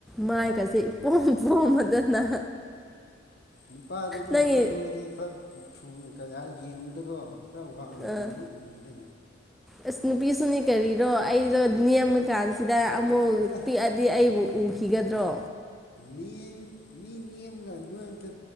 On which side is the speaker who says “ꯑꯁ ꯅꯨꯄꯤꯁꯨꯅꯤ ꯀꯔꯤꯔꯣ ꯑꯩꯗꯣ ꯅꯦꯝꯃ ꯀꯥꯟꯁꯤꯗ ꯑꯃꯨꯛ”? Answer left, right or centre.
Centre